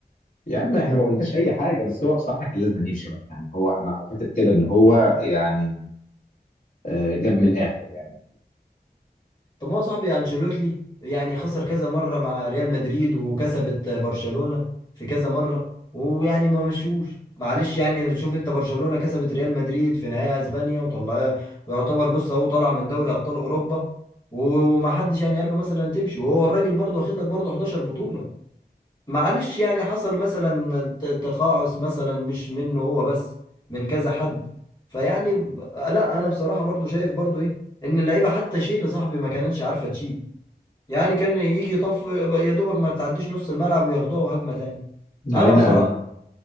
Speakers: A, on the left; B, on the left.
A: يا عم احنا ما قلناش اي حاجه بس هو بصراحه كان لازم يمشي بقى يعني هو انا اعتقد كده ان هو يعني آه، جاب من الاخر يعني
B: طب ما هو صاحبي انشيلوتي يعني خسر كذا مره مع ريال مدريد وكسبت برشلونه في كذا مره ويعني ما مشوش معلش يعني شوف انت برشلونه كسبت ريال مدريد في نهائي اسبانيا وطلعها ويعتبر بص اهو طالع من دوري ابطال اوروبا و- ومحدش يعني قال له مثلا تمشي وهو الراجل برضه واخد لك برضه 11 بطوله معلش يعني حصل مثلا ت- تقاعس مثلا مش منه هو بس من كذا حد فيعني ب- لا انا بصراحة برضو شايف برضو ايه ان اللعيبة حتى شيل صاحبي ما كانتش عارفة تشيل يعني كان يجي يطف يا دوبك ما تعديش نص الملعب وياخدوها هجمة تانية
A: هنا
B: انا بصراحة
A: لا